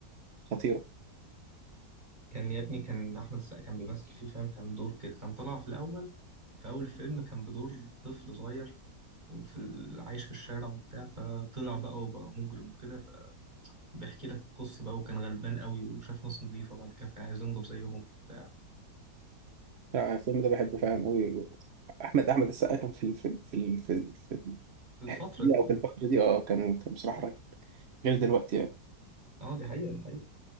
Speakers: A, on the right; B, on the right.
A: الخطيره
B: كان يا ابني كان احمد السقا كان بيمثل فيه فاهم كان دور كده كان طالع في الاول في اول الفيلم كان بدور طفل صغير وفي ال- عايش في الشارع وبتاع فطلع بقى وبقى مجرم وكده فبيحكي لك قصة بقى وكان غلبان قوي وشاف ناس نظيفة وبعد كده كان عايز ينضف زيهم وبتاع
A: لا، الفيلم ده بحبه فعلا قوي احمد احمد السقا كان في الفيلم في ال- في ال- في
B: في الفترة
A: الدقيقه
B: دي كلها
A: او في الفتره دي اه كان كان بصراحه
B: اه
A: رهيب غير دلوقتي يعني
B: اه دي حقيقة دي حقيقة